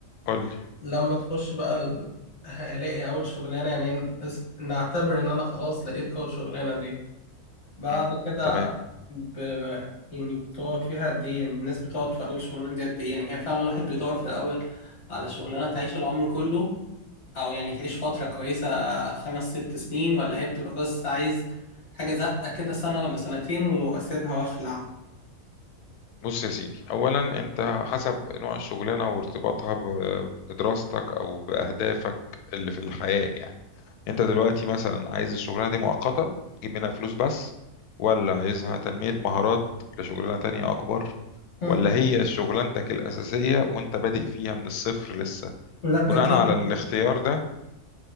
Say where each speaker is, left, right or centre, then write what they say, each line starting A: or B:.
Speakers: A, on the left; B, on the left.
A: قول لي
B: لما تخش بقى ال... هلاقي أول شغلانة يعني ن- نس- نعتبر إن أنا خلاص لقيت أول شغلانة دي بعد
A: مم،
B: كده
A: تمام
B: ب... يعني بتقعد فيها قد إيه يعني الناس بتقعد في أول شغلانة دي قد إيه يعني هي فعلا الواحد بيدور في الأول على شغلانة تعيش العمر كله أو يعني تعيش فترة كويسة خمس ست سنين ولا هي بتبقى بس عايز حاجة زقة كده سنة ولا سنتين وأسيبها وأخلع
A: بص يا سيدي اولا انت حسب نوع الشغلانه وارتباطها ب- بدراستك او باهدافك اللي في الحياه يعني انت دلوقتي مثلا عايز الشغلانه دي مؤقته تجيب منها فلوس بس ولا عايزها تنميه مهارات لشغلانه تانية اكبر
B: مم.
A: ولا هي شغلانتك الاساسيه وانت بادئ فيها من الصفر لسه
B: لا
A: بناء
B: أكيد
A: على الاختيار ده